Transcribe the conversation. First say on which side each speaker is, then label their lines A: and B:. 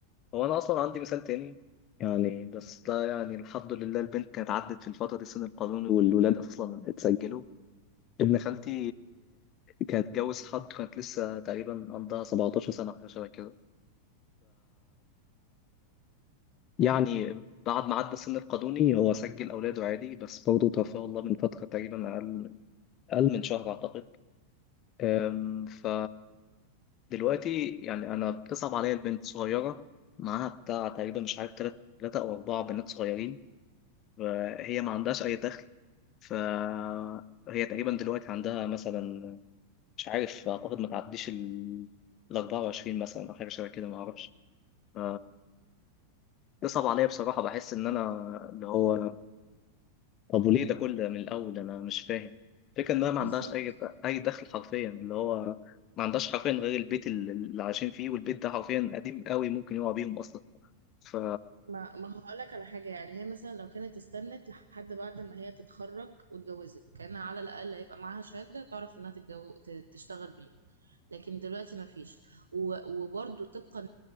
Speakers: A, on the left; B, on the right.
A: هو أنا أصلا عندي مثال تاني يعني بس ده يعني الحمد لله البنت كانت عدت في الفترة دي السن القانوني والولاد أصلا اتسجلوا ابن خالتي كانت اتجوز حد كانت لسه تقريبا عندها 17 سنة حاجة شبه كده يعني بعد ما عدى السن القانوني هو سجل أولاده عادي بس برضه توفاه الله من فترة تقريبا أقل أقل من شهر أعتقد أم، ف دلوقتي يعني انا بتصعب عليا البنت صغيره معاها بتاع تقريبا مش عارف تلات تلاتة او اربعه بنات صغيرين فهي ما عندهاش اي دخل فهي تقريبا دلوقتي عندها مثلا مش عارف اعتقد ما تعديش ال ال 24 مثلا او حاجه شبه كده ما اعرفش ف- بتصعب عليا بصراحه بحس ان انا اللي هو طب وليه ده كله من الأول أنا مش فاهم الفكرة إنها ما
B: بالظبط
A: عندهاش أي أي دخل حرفيا اللي هو ما عندهاش حرفيا غير البيت اللي اللي عايشين فيه والبيت ده حرفيا قديم قوي ممكن يقع بيهم أصلا ف
B: ما ما هقول لك على حاجه يعني هي مثلا لو كانت استنت لحد بعد ما هي تتخرج واتجوزت كان على الاقل هيبقى معاها شهاده تعرف انها تتجو... ت- تشتغل بيها لكن دلوقتي ما فيش وبرده طبقا